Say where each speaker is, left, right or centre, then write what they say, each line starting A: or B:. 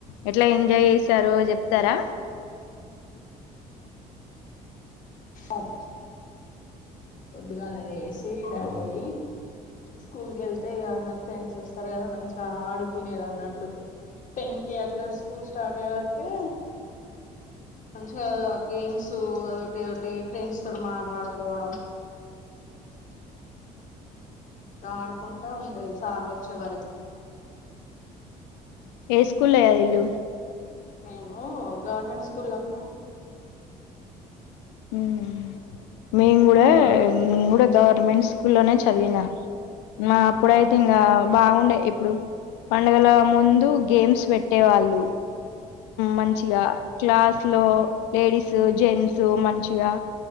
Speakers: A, on the left (about 85°); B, on the left (about 50°).
A: ఎట్లా ఎంజాయ్ చేసారో చెప్తారా?
B: అబ్ పొద్దుగాల్ల లేసి రెడీయ్యి స్కూల్ కి వెళ్తే ఇగ అన్నట్టు ఫ్రెండ్స్ వస్తారు కదా మంచిగా ఆడుకునేది అన్నట్టు. టెన్ కే అట్లా స్కూల్ స్టార్ట్ అయ్య వరకె మంచిగా గేమ్స్ అదొటి ఏదొటి ఫ్రెండ్స్ తో మాట్లాడుకోవడం. రాడుకుంటే ఉండేది సార్లు వచ్చే వరకి
A: ఏ స్కూల్ అయ్య ఇల్లుు
B: మేము గవర్నమెంట్ స్కూళ్లకు
A: మ్ మేమ్ గూడా
B: గవర్నమెంట్
A: మేమ్ గూడా ద ఉమేన్స్ స్కూల్లో నే చదివన మా అప్పుడుయితే
B: గవర్నమెంట్
A: ఇంగ బావుండే ఇప్పుడు పండుగల ముందు గేమ్స్ పెట్టేవాళ్ళు. మంచిగా క్లాస్ లో లేడీస్, జెంట్స్ మం చిగా